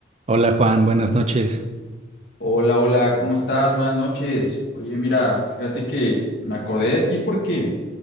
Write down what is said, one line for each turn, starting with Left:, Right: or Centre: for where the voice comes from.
Right: Hola Juan, buenas noches.
Left: Hola, hola, ¿cómo estás? Buenas noches. Oye, mira, fíjate que me acordé de ti porque